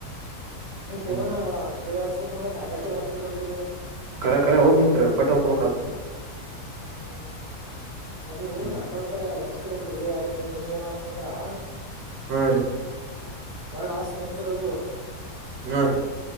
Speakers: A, on the right; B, on the right.
A: ನೀವು, ಫೋನ್,
B: ಹ್ಮ್
A: ಕೈಯಾಡಿಸಬೇಕು. <inaudible> ಪುನಃ, ಹೆಬ್ಬಟ್ಟು ಒತ್ತುತೀರಲ್ರೀ? <unintelligible>
B: ಕರೆ, ಕರೆ, ಹೋಗು, ಮತ್ತ, ಬೆಟ್ಟಹೊತ್ತಾಗುತ್ತೆ? <unintelligible>
A: ಹ್ಮ್, ಅದು,
B: ಹ್ಮ್
A: ಹೆಬ್ಬಟ್ಟ? ಒ.. <unintelligible> ಆಗ್ತಿದ್ರಲ್ಲ, ಅದ್ರಲ್ಲಿ ಮುಂದೇ, ಏನಪ್ಪ ಅಂದ್ರ. <inaudible>
B: ಹಾ, ರೀ! <inaudible>
A: ಬಳ್ಳ ಸಂವಿಸ್ತರ್ ಅದು.
B: ಹ್ಮ್ ರೀ